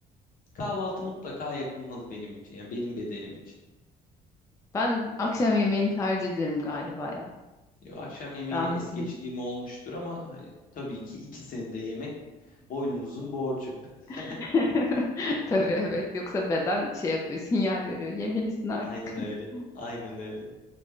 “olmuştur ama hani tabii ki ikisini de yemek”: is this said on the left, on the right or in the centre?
Left